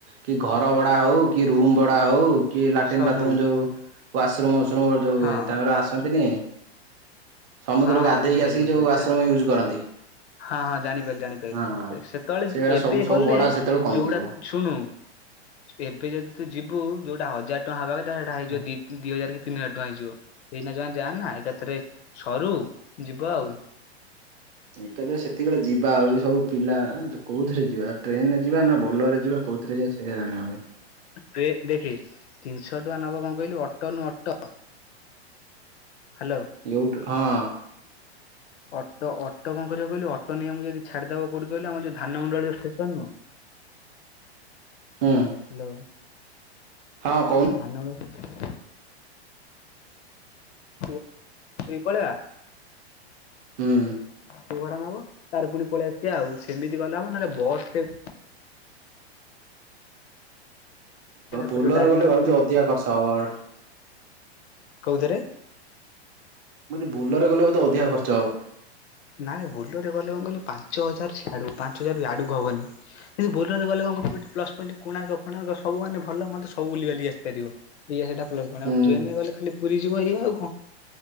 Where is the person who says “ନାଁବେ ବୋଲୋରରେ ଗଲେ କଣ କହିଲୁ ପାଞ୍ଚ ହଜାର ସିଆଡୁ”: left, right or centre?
Left